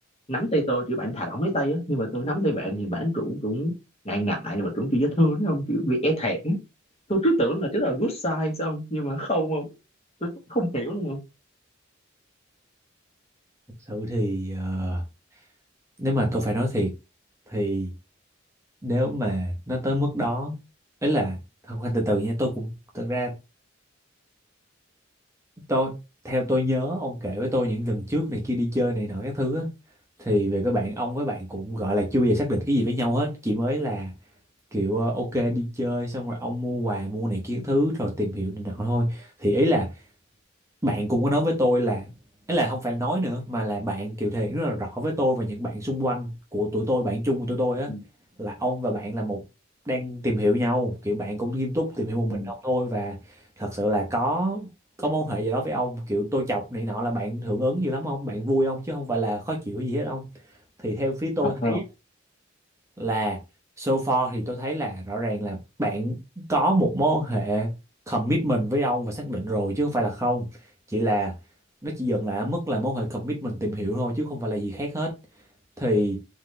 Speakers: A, on the left (about 30°); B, on the right (about 15°).
A: nắm tay tôi kiểu bạn thả lỏng lấy tay á nhưng mà tôi nắm tay bạn thì bạn cũng cũng ngại ngại mà cũng kiểu dễ thương đúng không kiểu bị e thẹn tôi cứ tưởng là chứ là good sign xong nhưng mà không không tôi không hiểu đúng không
B: Thật sự thì ờ, nếu mà tôi phải nói thiệt thì nếu mà nó tới mức đó ấy là không anh từ từ nha tôi cũng thật ra tôi theo tôi nhớ ông kể với tôi những lần trước này kia đi chơi này nọ các thứ á thì về các bạn ông với bạn cũng gọi là chưa bao giờ xác định cái gì với nhau hết chỉ mới là kiểu ờ, ok đi chơi xong rồi ông mua quà mua này kia các thứ rồi tìm hiểu này nọ thôi thì ý là bạn cũng có nói với tôi là ấy là không phải nói nữa mà là bạn Kiều Thiện rất là rõ với tôi và những bạn xung quanh của tụi tôi bạn chung của tụi tôi á
A: Ừ.
B: là ông và bạn là một đang tìm hiểu nhau kiểu bạn cũng nghiêm túc tìm hiểu một
A: ừ,
B: mình ông thôi và thật sự là có có mối hệ gì đó với ông kiểu tôi chọc này nọ là bạn hưởng ứng gì lắm không bạn vui không chứ không phải là khó chịu hay gì hết không thì theo phía tôi
A: thật không
B: thấy là so far thì tôi thấy là rõ ràng là bạn có một mối quan hệ commitment với ông và xác định rồi chứ không phải là không chỉ là nó chỉ dừng lại ở mức là mối quan hệ commitment tìm hiểu thôi chứ không phải là gì khác hết thì